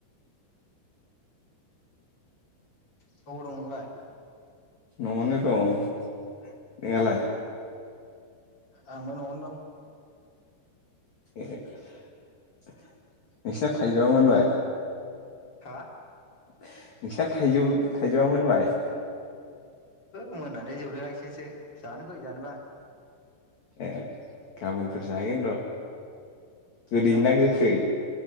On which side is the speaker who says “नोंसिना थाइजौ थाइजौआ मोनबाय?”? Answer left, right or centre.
Left